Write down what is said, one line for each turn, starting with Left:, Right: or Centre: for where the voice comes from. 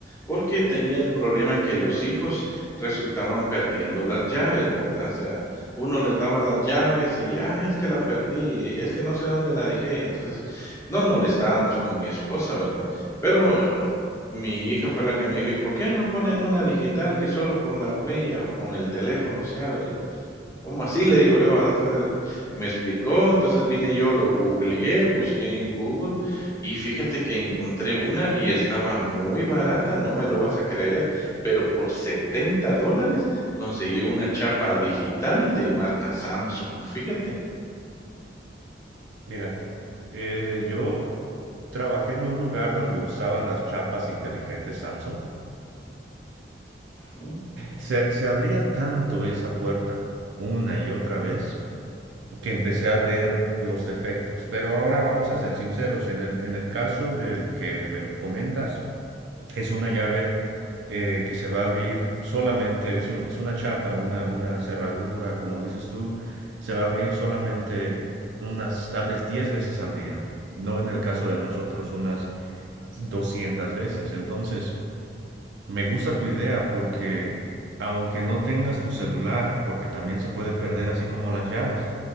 Left: porque tenía el problema que los hijos resultaban perdiendo las llaves, ¿verdad? O sea, uno les daba las llaves y, ah, es que la perdí, es que no sé dónde la dejé. Entonces, nos molestábamos con mi esposa, ¿verdad? Pero eh, mi hija fue la que me dijo, ¿y por qué no ponen una digital que solo con la huella o con el teléfono se abre? ¿Cómo así? Le digo yo, antes de- me explicó, entonces vine yo, lo googleé, busqué en Google y fíjate que encontré una y estaba muy barata, no me lo vas a creer, pero por 70 dólares conseguí una chapa digital de marca Samsung, fíjate.
Right: Mira, eh, yo trabajé en un lugar donde usaban las chapas inteligentes Samsung.
Left: Ujú,
Right: Se, se abría tanto esa puerta una y otra vez que empecé a ver los defectos. Pero ahora vamos a ser sinceros, en el, en el caso del que me comentas, es una llave eh, que se va a abrir solamente, es, un- es una chapa, una, una cerradura, como dices tú, se va a abrir solamente unas tal vez 10 veces al día, no en el caso de nosotros unas 200 veces. Entonces, me gusta tu idea porque aunque no tengas tu celular, porque también se puede perder así como las llaves,